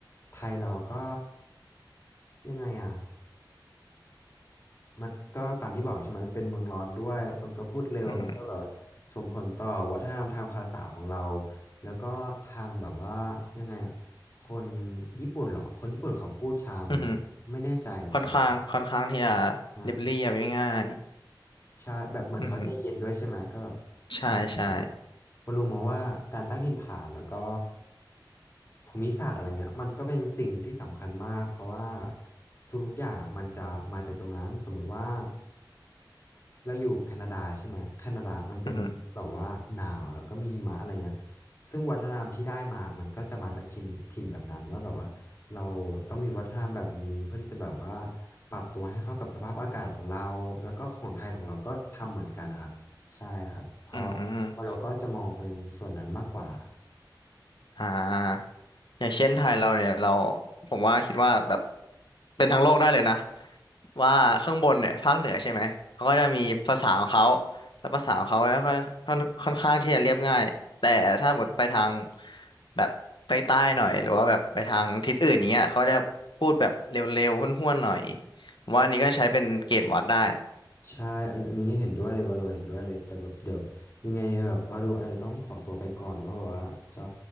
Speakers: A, on the left; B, on the left.
A: ไทยเราก็ยังไงอ่ะ มันก็ตามที่บอกใช่ไหมมันเป็นเมืองร้อนด้วยคนก็พูดเร็วมันก็แบบ
B: อือฮึ
A: ส่งผลต่อวัฒนธรรมทางภาษาของเราแล้วก็ทางแบบว่ายังไงอ่ะคนญี่ปุ่นเหรอคนญี่ปุ่นเขาพูดช้าไหมอะไม่แน่ใจแต่ว
B: อือฮึค่อนข้างค่อนข้างที่จะ
A: ่า
B: เรียบเรียบง่าย
A: ใช่แบบเหมือนเขาใจเย็นด้วยใช่ไหมก็แบบ
B: ๆอือฮึใช่ใช่
A: มันแบบว่าเรารู้มาว่าการตั้งถิ่นฐานแล้วก็ภูมิศาสตร์อะไรเงี้ยมันก็เป็นสิ่งหนึ่งที่สำคัญมากเพราะว่าทุกๆอย่างมันจะมาจากตรงนั้นสมมุติว่าเราอยู่แคนาดาใช่ไหมแคนาดามันเป็นแบบว่าหนาวแล้วก็มีหิมะอะไรเงี้ย
B: อือฮึ
A: ซึ่งวัฒนธรรมที่ได้มามันก็จะมาจากถิ่นถิ่นแบบนั้นว่าแบบว่าเราต้องมีวัฒนธรรมแบบนี้เพื่อที่จะแบบว่า ปรับตัวให้เข้ากับสภาพอากาศของเราแล้วก็ของไทยของเราก็ทำเหมือนกันนะครับใช่ครับเพราะ
B: อืม
A: ว่าเราก็จะมองเป็นส่วนนั้นมากกว่า
B: อ่าอย่างเช่นไทยเราเนี่ยเราผมว่าคิดว่าแบบเป็นทั้งโลกได้เลยนะว่าข้างบนเนี่ยภาคเหนือใช่ไหมเขาก็จะมีภาษาของเขาแล้วภาษาของเขาก็ค่อนค่อนค่อนข้างที่จะเรียบง่ายแต่ถ้าหมดไปทางแบบใต้ๆหน่อยหรือว่าแบบไปทางทิศอื่นอย่างเงี้ยเขาจะพูดแบบเร็วๆห้วนๆหน่อยผมว่าอันนี้ก็ใช้เป็นเกณฑ์วัดได้
A: ใช่อันอันนี้เห็นด้วยเลยว่าเราเห็นด้วยเลยแต่แบบเดี๋ยวยังไงแบบว่าเราอาจจะต้องขอตัวไปก่อนเพราะว่าจะ